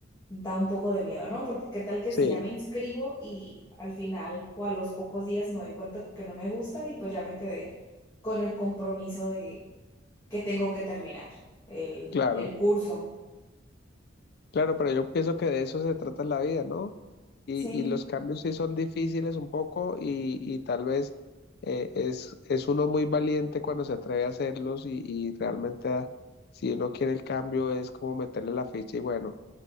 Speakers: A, on the left; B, on the left.
A: da un poco de miedo, ¿no? Porque qué tal que
B: Sí,
A: si ya me inscribo y al final o a los pocos días me doy cuenta que no me gusta y pues ya me quedé con el compromiso de que tengo que terminar el,
B: claro.
A: el curso.
B: Claro, pero yo pienso que de eso se trata la vida, ¿no? Y,
A: Sí,
B: y los cambios sí son difíciles un poco y, y tal vez eh, es, es uno muy valiente cuando se atreve a hacerlos y, y realmente ah, si uno quiere el cambio es como meterle la ficha y bueno,